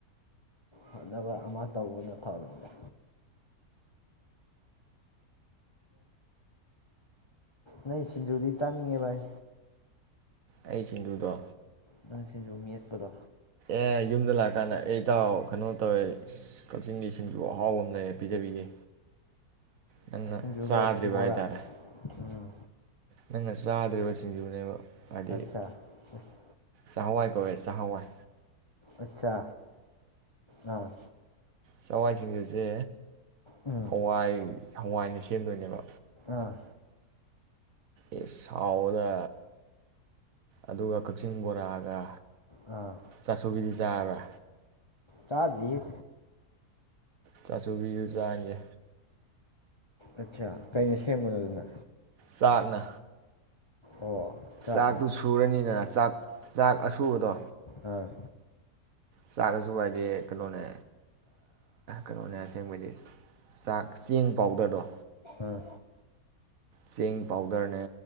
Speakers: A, on the left (about 25°); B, on the right (about 65°).
A: ꯍꯣꯠꯅꯕ ꯑꯃ ꯇꯧꯕꯅ ꯐꯕꯅꯤꯗ ꯅꯣꯏ ꯁꯤꯡꯖꯨꯗꯤ ꯆꯥꯅꯤꯡꯉꯦ ꯚꯥꯏ
B: ꯑꯩ ꯁꯤꯡꯗꯨꯨꯗꯣ
A: ꯅꯪ ꯁꯤꯁꯤꯡꯖꯨ ꯃꯤꯌꯦꯠꯄꯗꯣ
B: ꯑꯦ ꯌꯨꯝꯗ ꯂꯥꯛꯑꯀꯥꯟꯗ ꯑꯩꯇꯥꯎ ꯀꯩꯅꯣ ꯇꯧꯋꯦ ꯀꯛꯆꯤꯡꯒꯤ ꯁꯤꯡꯖꯨ ꯑꯍꯥꯎꯕ ꯑꯃ ꯂꯩ ꯄꯤꯖꯕꯤꯒꯦ ꯅꯪꯅ
A: ꯁꯤꯟꯖꯨꯒ
B: ꯆꯥꯗ꯭ꯔꯤꯕ
A: ꯕꯣꯔꯥ
B: ꯍꯥꯏꯇꯥꯔꯦ
A: ꯎꯝ
B: ꯅꯪꯅ ꯆꯥꯗ꯭ꯔꯤꯕꯁꯤꯡꯗꯨꯅꯦꯕ ꯍꯥꯏ
A: ꯑꯠꯆꯥ ꯑꯁ
B: ꯆꯍꯋꯥꯥꯏ ꯍꯣꯏꯦ ꯆꯍꯥꯟꯋꯥꯏ
A: ꯑꯆꯥ ꯑꯥ
B: ꯆꯋꯥꯏꯁꯤꯡꯖꯁꯦ
A: ꯎꯝ
B: ꯍꯋꯥꯏ ꯍꯋꯥꯏꯅ ꯁꯦꯝꯗꯣꯏꯅꯦꯕ
A: ꯑꯥ
B: ꯑꯦ ꯁꯥꯎꯗ ꯑꯗꯨꯒ ꯀꯛꯆꯤꯡ ꯕꯣꯔꯥꯒ
A: ꯑꯥ
B: ꯆꯥꯁꯨꯕꯤꯗꯤ ꯆꯥꯕ꯭ꯔꯥ
A: ꯆꯥꯗ
B: ꯆꯥꯁꯨꯕꯤꯁꯨ ꯆꯥꯡꯥꯟꯒꯦ
A: ꯑꯠꯆꯥ ꯀꯩꯅ ꯁꯦꯝꯕꯅꯣ ꯑꯗꯨꯅ
B: ꯆꯥꯛꯅ
A: ꯑꯣ ꯆꯥꯛꯅ
B: ꯆꯥꯛꯇꯨ ꯁꯨꯔꯅꯤꯗꯅ ꯆꯥꯛ ꯆꯥꯛ ꯑꯁꯨꯕꯗꯣ
A: ꯑꯥ
B: ꯆꯥꯛꯒꯁꯨ ꯍꯥꯏꯗꯤ ꯀꯩꯅꯣꯅꯦ ꯀꯩꯅꯣꯅꯦ ꯑꯁꯦꯡꯕꯗꯤ ꯆꯥꯛ ꯆꯦꯡ ꯄꯥꯎꯗꯔꯗꯣ
A: ꯑꯥ
B: ꯆꯦꯡ ꯄꯥꯎꯗꯔꯅꯦ